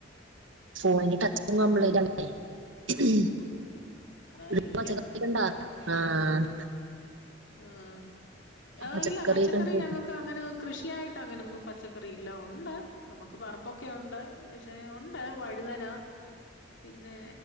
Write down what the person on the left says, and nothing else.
അതായിരിക്കാം
ആഹ്. ആഹ്
ഇല്ല പച്ചക്കറി
ഞങ്ങക്കങ്ങനെ കൃഷിയായിട്ട് അങ്ങനൊന്നും പച്ചക്കറി ഇല്ല ഒണ്ട് നമുക്ക് പറമ്പൊക്കെ ഉണ്ട്. പക്ഷെ ഉണ്ട് വഴുതന പിന്നെ